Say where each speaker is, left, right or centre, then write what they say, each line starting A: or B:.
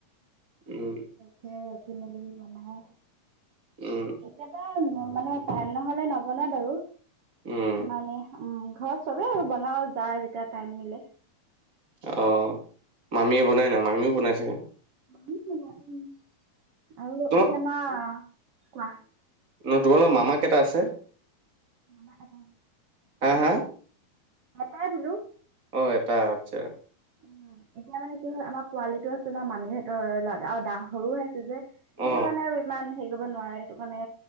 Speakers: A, on the right (about 25°); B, on the right (about 50°).
A: <inaudible> উম।
B: সেইয়ে, উঠি-মেলি বনাই
A: উম!
B: কেতিয়াবা, মানে, টাইম নহ'লে নবনাই বাৰু।
A: উম!
B: মানে, উম! ঘৰত চবেই বনাওঁ, যাৰ যেতিয়া, টাইম মিলে।
A: অ'! মামীয়ে বনাই নাই, মামীয়ো বনাই চাগে?
B: মামীয়ো বনাই। উম, আৰু <unintelligible>
A: তোমা
B: এতিয়া মা। কোৱা?
A: উম, তোমালোকৰ মামা কেইটা আছে?
B: মামা এটাই।
A: হা, হা?
B: <inaudible> এটাই বোলোঁ।
A: অ'! এটা, আচ্ছা।
B: উম এতিয়া মানে, কি হয়, আমাৰ পোৱালিটো আছে ন' মামীহঁতৰ। <unintelligible> আৰু সৰু হৈ আছে যে। সেইটো
A: অ
B: কাৰণে আৰু ইমান সেৰি কৰিব নোৱাৰে। সেইটো কাৰণে,